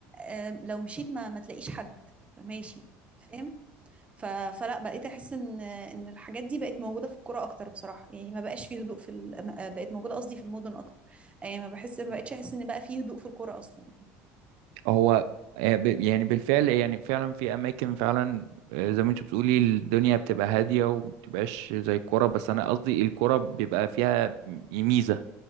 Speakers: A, on the right (about 25°); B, on the right (about 80°).
A: آم، لو مشيت ما ما تلاقيش حد ماشي فاهم ف... فلا بقيت احس ان ان الحاجات دي بقت موجودة في القرى اكتر بصراحة يعني ما بقاش فيه هدوء في ال... ما- آه، بقت موجودة قصدي في المدن اكتر يعني ما بحس ما
B: مم.
A: بقتش احس ان بقى فيه هدوء في القرى اصلا
B: هو آه، ب- يعني بالفعل يعني فعلا في اماكن فعلا آه، زي ما انت بتقولي الدنيا بتبقى هاديه ومبتبقاش زي الكوره بس انا قصدي الكوره بيبقى فيها م- ميزه